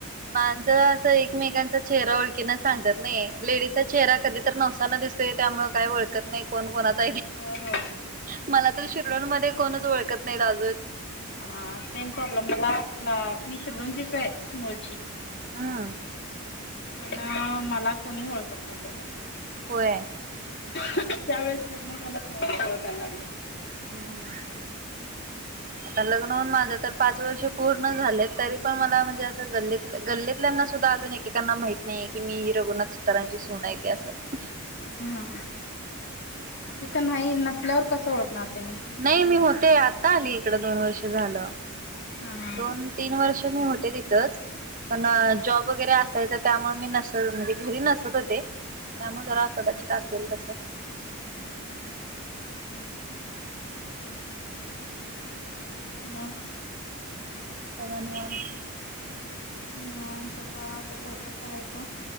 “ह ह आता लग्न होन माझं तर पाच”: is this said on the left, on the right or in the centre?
Right